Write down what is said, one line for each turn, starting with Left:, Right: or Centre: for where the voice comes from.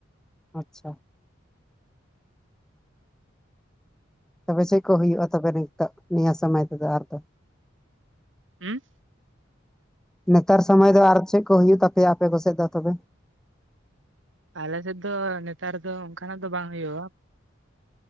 Centre: ᱟᱪᱪᱷᱟ᱾ ᱛᱚᱵᱮ ᱪᱮᱫ ᱠᱚ ᱦᱩᱭᱩᱜᱼᱟ ᱛᱚᱵᱮ ᱱᱤᱛᱚᱜ ᱱᱤᱭᱟᱹ ᱥᱚᱢᱚᱭ ᱛᱮᱫᱚ ᱟᱨ ᱫᱚ?
Right: ᱦᱩᱸ
Centre: ᱱᱮᱛᱟᱨ ᱥᱚᱢᱚᱭ ᱫᱚ ᱟᱨ ᱪᱮᱫ ᱠᱚ ᱦᱩᱭᱩᱜ ᱛᱟᱯᱮᱭᱟ ᱟᱯᱮ ᱠᱚᱥᱮᱫ ᱫᱚ ᱛᱚᱵᱮ?
Right: ᱟᱞᱮ ᱥᱮᱫ ᱫᱚ ᱱᱮᱛᱟᱨ ᱫᱚ ᱚᱱᱠᱟᱱᱟᱜ ᱫᱚ ᱵᱟᱝ ᱦᱩᱭᱩᱜᱼᱟ᱾